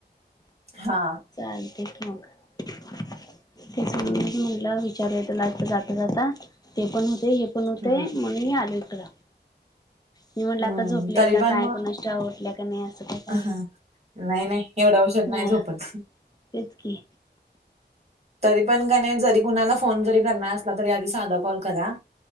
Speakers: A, on the right; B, on the left.
A: हा.
B: चालतंय की मग. तेच
A: हं.
B: म्हणुनच म्हटलं वि <unintelligible> जाता जाता ते पण होतंय हे पण होतंय
A: हं.
B: म्हणून मी आलोय इकडं. मी म्हटलं
A: हं.
B: आता झोपलेय
A: तरी
B: का
A: पण
B: काय
A: मग
B: कोणास ठाव, उटल्या का नाही असं काय काय.
A: हं. नाही नाही एवढ्या उशीर नाही
B: हा
A: झोपत.
B: तेच की.
A: तरी पण कनई जरी कुणाला फोन जरी करणार असला तरी आधी साधा कॉल करा.